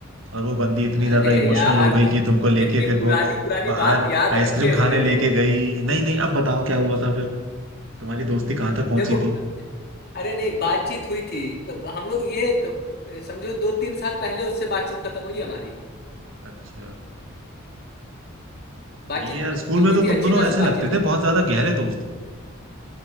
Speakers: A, on the right (about 65°); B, on the left (about 50°).
A: और वो बंदी इतनी ज्यादा
B: अरे
A: इमोशनल
B: यार
A: हो गई
B: तुम
A: कि तुमको लेके
B: कितनी
A: फिर वो
B: पुरानी पुरानी
A: बाहर
B: बात याद
A: आइसक्रीम
B: रखे
A: खाने
B: हुए हो
A: लेके गई नहीं नहीं अब बताओ क्या हुआ था फिर तुम्हारी दोस्ती कहाँ तक पहुंची
B: देखो
A: थी
B: अरे नहीं बातचीत हुई थी अब हम लोग ये द- समझो दो तीन साल पहले उससे बातचीत खत्म हुई है हमारी
A: अच्छा
B: बातचीत
A: सही है यार स्कूल
B: होती
A: में तो
B: थी
A: तुम
B: अच्छी
A: दोनों
B: खासी
A: ऐसे
B: बातचीत
A: लगते थे
B: होती
A: बहुत
B: थी
A: ज्यादा गहरे दोस्त हो